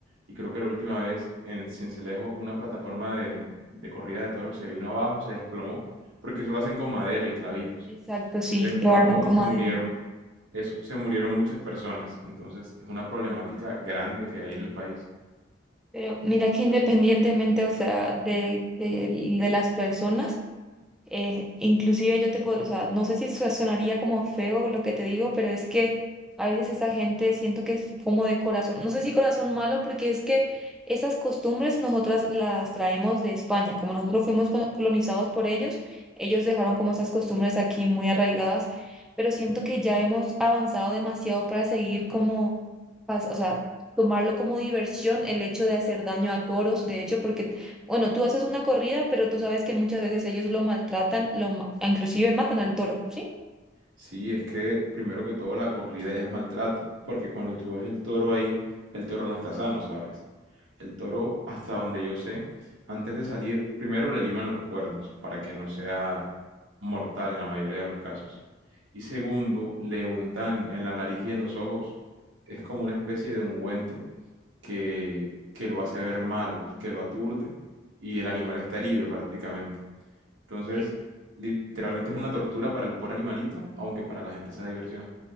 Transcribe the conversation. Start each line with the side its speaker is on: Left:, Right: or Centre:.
Right: Y creo que la última vez en Cincelejo una plataforma de, de corrida de toros se vino abajo, se desplomó, porque eso lo hacen con madera y clavitos.
Centre: exacto, sí,
Right: Se desplomó
Centre: lo arman
Right: y
Centre: con
Right: se
Centre: madera.
Right: murieron, eso, se murieron muchas personas. Entonces es una problemática grande que hay en el país.
Centre: Pero mira que independientemente, o sea, de, de, de las personas. Eh, inclusive yo te puedo, o sea, no sé si su- sonaría como feo lo que te digo, pero es que a veces esa gente siento que es como de corazón, no sé si corazón malo, porque es que esas costumbres nosotras las traemos de España, como nosotros fuimos colo- colonizados por ellos, ellos dejaron como esas costumbres aquí muy arraigadas, pero siento que ya hemos avanzado demasiado para seguir como, pas- o sea, tomarlo como diversión el hecho de hacer daño a toros, de hecho, porque bueno, tú haces una corrida, pero tú sabes que muchas veces ellos lo maltratan, lo, ma- inclusive matan al toro, ¿sí?
Right: Sí, es que primero que todo la corrida ya es maltrato, porque cuando tú ves el toro ahí, el toro no está sano, ¿sabes? El toro, hasta donde yo sé, antes de salir, primero le liman los cuernos para que no sea mortal en la mayoría de los casos. Y segundo, le untan en la nariz y en los ojos, es como una especie de ungüento que, que lo hace ver mal, que lo aturde y el animal está herido prácticamente. Entonces,
Centre: Que
Right: literalmente es una tortura para el pobre animalito, aunque para la gente sea diversión.